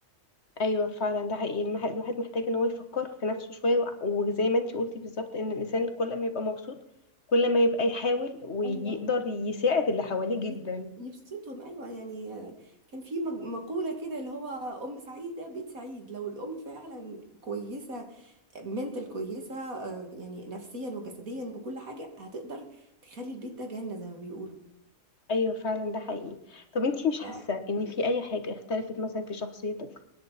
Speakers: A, on the left; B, on the right.
A: ايوه فعلا ده حقيقي المح- الواحد محتاج ان هو يفكر في نفسه شويه وع- وزي ما انت قلتي بالظبط ان الانسان كل ما يبقى مبسوط كل ما يبقى يحاول ويقدر
B: دي
A: يساعد اللي حواليه جدا
B: ي- يبسطهم ايوه يعني كان في مج- مقوله كده اللي هو ام سعيده بيت سعيد لو الام فعلا كويسه منتل كويسه آه، يعني نفسيا وجسديا وكل حاجه هتقدر تخلي البيت ده جنه زي ما بيقولوا
A: ايوه فعلا ده حقيقي طب انتي مش حاسه
B: ف
A: ان في اي حاجه اختلفت مثلا في شخصيتك